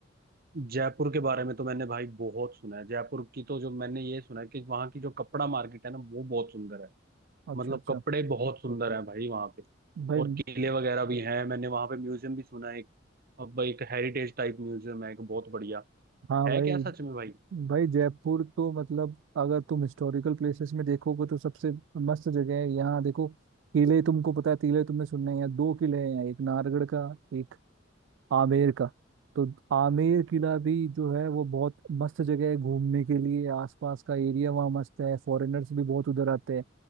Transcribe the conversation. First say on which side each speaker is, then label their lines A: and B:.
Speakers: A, on the right (about 50°); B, on the right (about 65°).
A: जयपुर के बारे में तो मैंने भाई बहुत सुना है जयपुर की तो जो मैंने ये सुना है कि वहाँ की जो कपड़ा मार्केट है ना वो बहुत सुंदर है
B: अच्छा
A: मतलब
B: अच्छा
A: कपड़े बहुत सुंदर हैं भाई वहाँ पे
B: भाई
A: और किले वगैरह भी हैं मैंने वहाँ पे म्यूजियम भी सुना है एक अब भाई एक हेरिटेज टाइप म्यूजियम है एक बहुत बढ़िया
B: हाँ
A: है
B: भाई
A: क्या सच में भाई
B: भाई जयपुर तो मतलब अगर तुम हिस्टोरिकल प्लेसेस में देखोगे तो सबसे मस्त जगह है यहाँ देखो किले तुमको पता है किले तुमने सुनने हैं यहाँ दो किले हैं एक नारगढ़ का एक आमेर का तो आमेर किला भी जो है वो बहुत मस्त जगह है घूमने के लिए आसपास का एरिया वहाँ मस्त है फॉरेनर्स भी बहुत उधर आते हैं